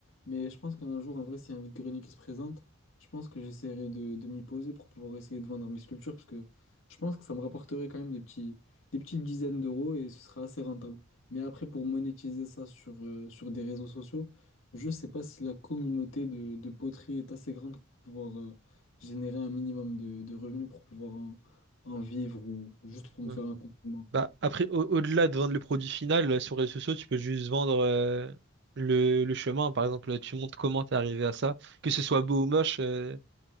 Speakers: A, on the left (about 70°); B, on the right (about 55°).
A: Mais je pense qu'un jour, en vrai, s'il y a un vide-grenier qui se présente, je pense que j'essaierai de, de m'y poser pour pouvoir essayer de vendre mes sculptures parce que je pense que ça me rapporterait quand même des petits, des petites dizaines d'euros et ce sera assez rentable. Mais après, pour monétiser ça sur, euh, sur des réseaux sociaux, je sais pas si la communauté de, de poterie est assez grande pour pouvoir, euh, générer un minimum de, de revenus pour pouvoir en, en vivre ou juste pour
B: Ouais.
A: me faire un complément.
B: Bah, après, au- au-delà de vendre le produit final, euh, sur les réseaux sociaux, tu peux juste vendre euh, le, le chemin. Par exemple, tu montres comment t'es arrivé à ça. Que ce soit beau ou moche, euh,